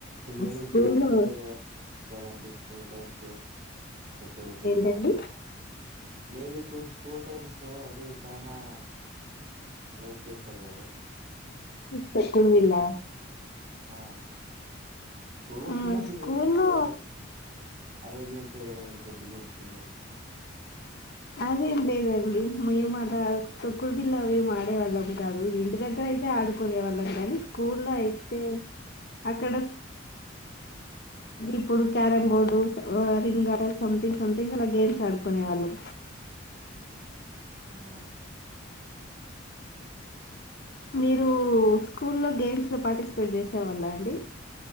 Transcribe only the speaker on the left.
స్కూల్లో
ఏంటండి
తొక్కుడు బిల్లా
ఆ
స్కూల్లో
అదేం లేదండి మేము అలా తొక్కుడు బిల్లా ఏం ఆడేవాళ్ళం కాదు. ఇంటి దగ్గర అయితే ఆడుకునే వాళ్ళం కానీ, స్కూల్లో అయితే అక్కడ ఇప్పుడు carrom board, ring something something అలా గేమ్స్ ఆడుకునే వాళ్ళం.
మీరు స్కూల్లో గేమ్స్ లో పార్టిసిపేట్ చేసే వాళ్ళా అండి